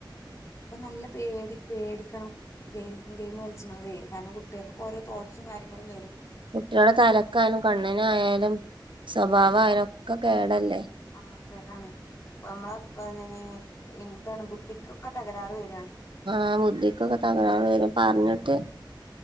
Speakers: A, on the left; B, on the right.
A: ഇപ്പ നല്ല പേടി പേടിക്കണം ഗെയിം ഗെയിം കളിച്ചണതേ കാരണം കു കുട്ടിയാക്ക്കൊ ഓരോ തോട്ട്സും കാര്യങ്ങളും വരും
B: കുട്ടിയാളെ തലക്കായാലും കണ്ണ്നായാലും സ്വഭാവ ആയാലും ഒക്ക കേടല്ലേ
A: ആഹ് കേടാണ് നമ്മളെ ന്താണ് ബുദ്ധിക്കൊക്കെ തകരാറ് വരാണ്
B: ആ ബുദ്ധിക്കൊക്കെ തകരാർ വരും പർഞ്ഞിട്ട്